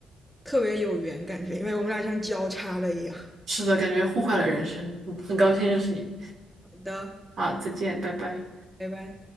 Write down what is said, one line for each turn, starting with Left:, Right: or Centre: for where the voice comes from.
Centre: 特别有缘感觉，因为我们俩像交叉了一样。好
Right: 是的，感觉互换了人生。嗯，很高兴认识你。
Centre: 的，
Right: 好，再见，拜拜。
Centre: 拜拜。